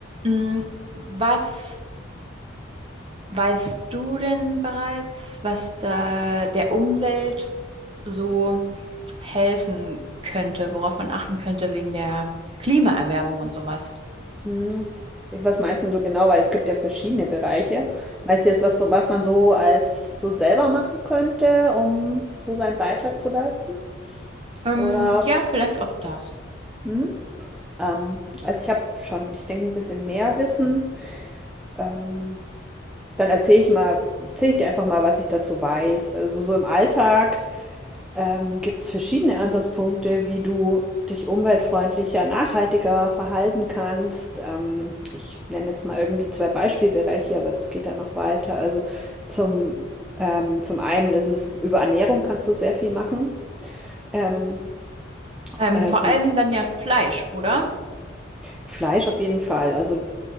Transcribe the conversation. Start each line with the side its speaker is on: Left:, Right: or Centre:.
Right: Mm, Was weißt du denn bereits, was da der Umwelt so helfen könnte, worauf man achten könnte wegen der Klimaerwärmung und sowas?
Centre: Hm, Was meinst du so genau? Weil es gibt ja verschiedene Bereiche. Meinst du jetzt, was, was man so als so selber machen könnte, um so seinen Beitrag zu leisten?
Right: Ähm,
Centre: Oder
Right: ja, vielleicht auch das.
Centre: hm? Ähm, also ich habe schon, ich denke, ein bisschen mehr Wissen. Ähm, dann erzähle ich mal, erzähle ich dir einfach mal, was ich dazu weiß. Also so im Alltag. Ähm, gibt es verschiedene Ansatzpunkte, wie du dich umweltfreundlicher, nachhaltiger verhalten kannst? Ähm, ich nenne jetzt mal irgendwie zwei Beispielbereiche, aber das geht ja noch weiter. Also zum, ähm, zum einen ist es über Ernährung kannst du sehr viel machen. Ähm,
Right: Ähm,
Centre: äh,
Right: vor
Centre: zum
Right: allem dann ja Fleisch, oder?
Centre: Fleisch auf jeden Fall. Also